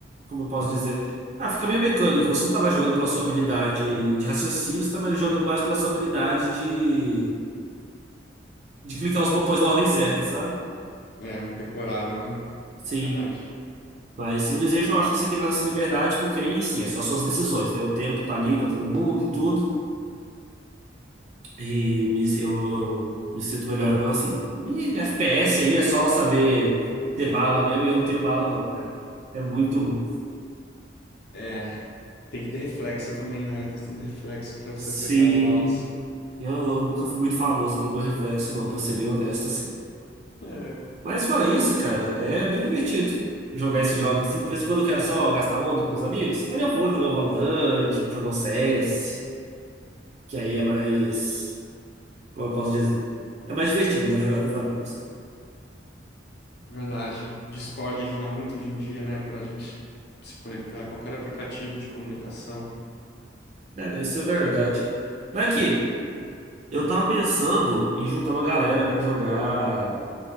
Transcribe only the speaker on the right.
como eu posso dizer? Ah, fica meio mecânico. Você não tá mais jogando pela sua habilidade de raciocínio, você tá mais jogando mais pela sua habilidade de, de clicar os botões na ordem certa, sabe?
Sim.
Mas Civilization eu acho que você tem mais essa liberdade, porque aí sim, é só suas decisões, né? O tempo tá ali pra todo mundo e tudo. E me, eu, eu me sinto melhor jogando assim. E FPS aí é só saber ter bala mesmo, e eu não tenho bala, não, cara. É muito ruim.
Sim,
eu, eu nunca fui muito famoso pelo meu reflexo, não, pra ser bem honesto, assim.
Mas fora isso, cara, é bem divertido jogar esses jogos assim. De vez em quando eu quero só gastar onda com os amigos. Aí eu vou jogar um Valorant, vou jogar um CS, que aí é mais. Como eu posso dizer? É mais divertido, né? Jogar com os amigos.
É, não, isso é verdade. Mas aqui. Eu tava pensando em juntar uma galera pra jogar